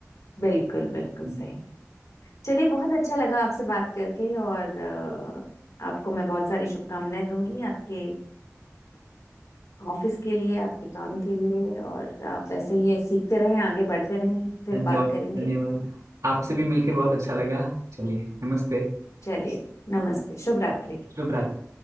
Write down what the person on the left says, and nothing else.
बिल्कुल बिल्कुल
सही चलिए बहुत अच्छा लगा आपसे बात करके और अ, आपको मैं बहुत सारी शुभकामनाएं दूंगी आपके ऑफिस के लिए आपके काम के लिए और आप ऐसे ही सीखते रहें आगे बढ़ते रहें फिर
बात करेंगे
चलिए नमस्ते शुभ रात्रि